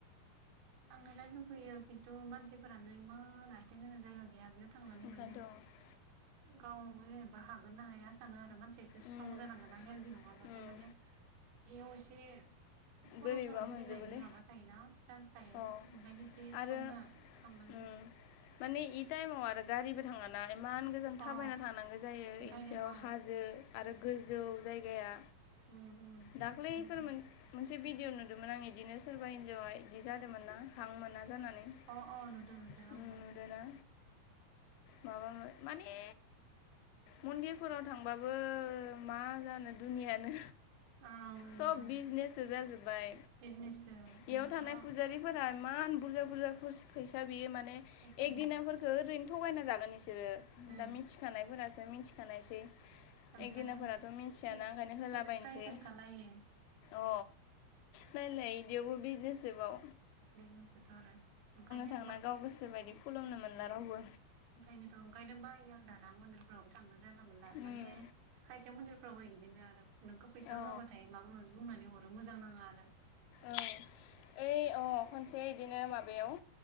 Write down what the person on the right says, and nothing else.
आंनोलाय लुुबैयो खिन्थु मानसिफोरानो इमान आथिं होनो जायगा गैया बेयाव थांनानै
माने गाव जेनेबा हागोन ना हाया सानो आरो मानसिया एसे स्ट्रं
जानांगोन ना हेल्दि नङाबाथाय
माने बेयाव एसे खर'
सर' गिदिंनायनि
माबा थायोना चान्स ओंखायनो
एसे स्ट्रं
जाना थांनांगौ
अ
ओंखायनोथ'
औ
उम उम
बेनिखायनोथ'
अ अ नुदो नुदो
आंबो
ओं बेनोथ'
बिजनेससो
बेनोथ'
फैसा
बियो
उम
ओमफ्राय
फिक्स
फिक्स प्राइस होनखालायो
बिजनेसोथ' आरो ओंखायनो
ओंखायनोथ' ओंखायनो बायो आं दाना मन्दिरफ्रावबो थांनो जाना मोनला माने
खायसे मन्दिरफ्रावबो बिदिनो आरो नोंखौ फैसा
होआबाथाय माबा माबि बुंनानै हरो मोजां नाङा आरो